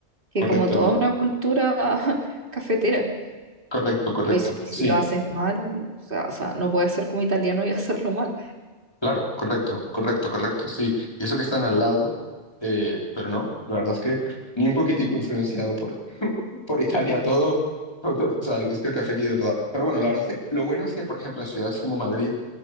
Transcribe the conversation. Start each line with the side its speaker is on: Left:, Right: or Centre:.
Right: que
Left: correcto,
Right: como toda
Left: Anita,
Right: una cultura <laughs> cafetera.
Left: correcto, correcto,
Right: Y si, y si
Left: sí.
Right: lo haces mal, o sea, o sea, no puedes ser como italiano y <laughs> hacerlo mal.
Left: Claro, correcto, correcto, correcto, sí. Y eso que están al lado, eh, pero no, la verdad es que ni un poquitico influenciado por, por Italia, todo, todo- o sea, es que el café aquí de verdad. Pero bueno, la verdad es que lo bueno es que, por ejemplo, en ciudades como Madrid,